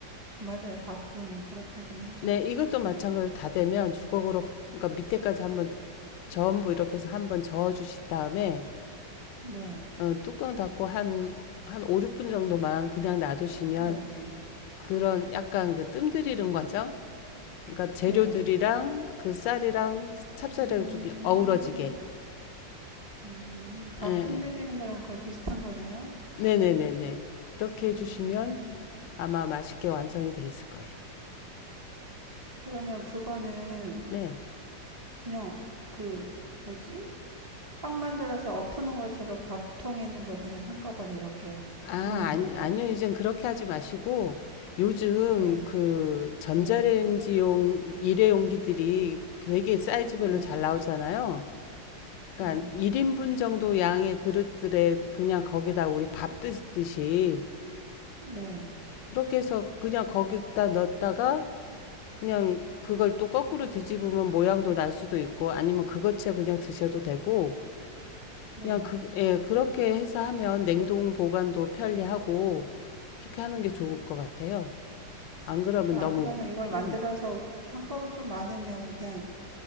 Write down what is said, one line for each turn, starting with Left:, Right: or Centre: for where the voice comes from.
Right: 맞아요. 밥은 그렇게 하긴 하죠.
Left: 네, 이것도 마찬가지로 다 되면 주걱으로 그러니까 밑에까지 한번 전부 이렇게 해서 한번 저어 주신 다음에
Right: 네,
Left: 어, 뚜껑 닫고 한 한 5, 6분 정도만 그냥 놔두시면
Right: 네네,
Left: 그런 약간 그 뜸들이는 과정 그러니까 재료들이랑
Right: 네.
Left: 그 쌀이랑 찹쌀이랑
Right: 음,
Left: 좀 어우러지게.
Right: 음, 밥뜸
Left: 예, 예.
Right: 들이는 거랑 거의 비슷한 거네요.
Left: 네네네네. 그렇게 해주시면
Right: 음,
Left: 아마 맛있게 완성이 돼 있을 거예요.
Right: 그러면 그거는
Left: 네.
Right: 그냥 그 뭐지? 빵 만들어서 엎는 것으로 밥통에 있는 거 그냥 한꺼번에 이렇게
Left: 아,
Right: 부으는
Left: 아니,
Right: 거예요?
Left: 아니요. 이젠 그렇게 하지 마시고 요즘
Right: 네,
Left: 그 전자레인지용
Right: 네,
Left: 일회용기들이 되게 사이즈별로
Right: 네,
Left: 잘 나오잖아요. 그러니까
Right: 네,
Left: 1인분 정도 양의 그릇들에 그냥 거기다 우리 밥 드듯이
Right: 네,
Left: 그렇게 해서 그냥 거기다 넣었다가 그냥 그걸 또 거꾸로 뒤집으면 모양도 날 수도 있고 아니면 그것째 그냥 드셔도 되고
Right: 네.
Left: 그냥 그, 예, 그렇게 해서 하면 냉동 보관도 편리하고 그렇게 하는 게 좋을 것 같아요. 안 그러면
Right: 아,
Left: 너무
Right: 그러면 이걸 만들어서
Left: 음,
Right: 한꺼번에 좀 많으면 그냥